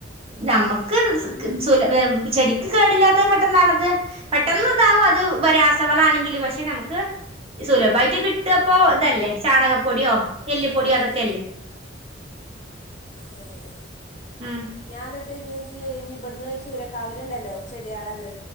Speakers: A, on the right; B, on the left.
A: ഞമ്മക്ക് സ് ക് സുല <unintelligible> ചെടിക്ക് കേടില്ലാത്ത പെട്ട് പൊട്ടന്നാണത് പെട്ടെന്ന് ഇതാവും അത് വര രാസവള ആണെങ്കില് പക്ഷെ ഞമ്മക്ക് സുലഭയിട്ട് കിട്ടപ്പോ ഇതല്ലേ ചാണകപ്പൊടിയോ എല്ലിപ്പൊടിയോ
B: ആ
A: അതൊക്കെ
B: ആ
A: അല്ലേ
B: അങ്ങനെ
A: ഉം
B: ഞൻ ന്നെ ട്ട് ഞ്ഞ്ച് ഞ്ഞി ഇവിടന്ന് ചൂരക്കാവലുണ്ടല്ലോ ചെടികളത്